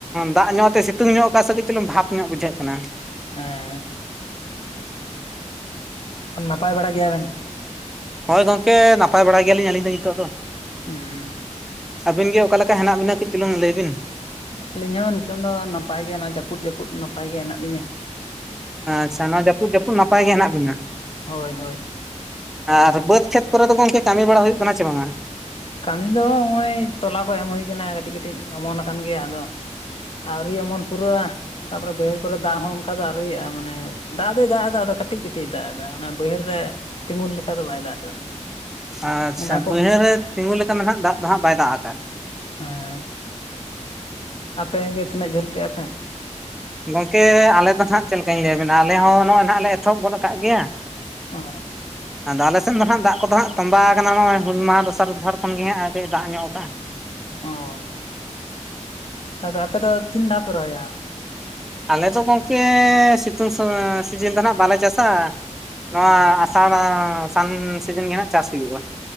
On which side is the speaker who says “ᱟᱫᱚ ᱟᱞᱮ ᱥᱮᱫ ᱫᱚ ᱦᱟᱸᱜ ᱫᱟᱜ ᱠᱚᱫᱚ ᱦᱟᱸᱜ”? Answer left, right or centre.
Centre